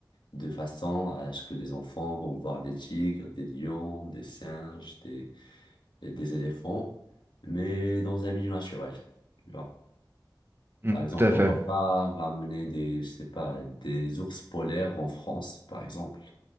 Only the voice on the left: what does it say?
de façon à ce que les enfants vont voir des tigres, des lions, des singes, des, des éléphants, mais dans un milieu naturel, tu vois.
Par exemple,
on va pas ramener des, je sais pas, des ours polaires en France, par exemple.